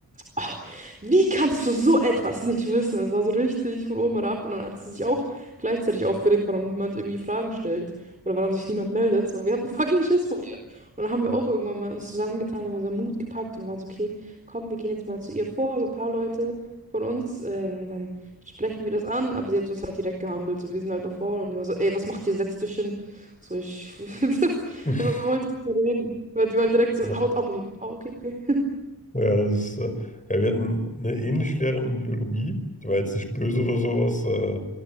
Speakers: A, on the right; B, on the left.
A: ah, wie kannst du so etwas nicht wissen? Das war so richtig von oben herab. Und dann hat sie sich auch gleichzeitig aufgeregt, warum niemand irgendwie Fragen stellt oder warum sich niemand meldet. So, wir hatten fucking Schiss vor ihr. Und dann haben wir auch irgendwann mal uns zusammengetan, wir haben unseren Mut gepackt und waren so, okay, komm, wir gehen jetzt mal zu ihr vor, so ein paar Leute von uns. Ähm, und dann sprechen wir das an, aber sie hat uns halt direkt gehandelt. So, wir sind halt davor und die war so, ey, was macht ihr? Setzt euch hin. So, ich <laughs> das,
B: Mhm.
A: wollte nicht mehr reden. weil die war direkt so,
B: <laughs>
A: haut ab und ich, oh, okay, okay.
B: Ja, das ist, äh, ja, wir hatten eine ähnliche Lehrerin in Biologie, die war jetzt nicht böse oder sowas, äh,